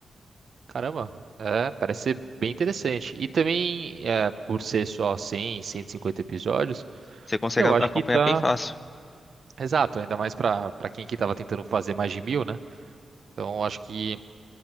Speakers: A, on the right; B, on the left.
A: Caramba, é, parece ser bem interessante. E também, é, por ser só cem, cento e cinquenta episódios,
B: Você consegue
A: eu
B: a-
A: acho
B: acompanhar
A: que tá
B: bem fácil.
A: exato, ainda mais pra para quem que tava tentando fazer mais de mil, né? Então, eu acho que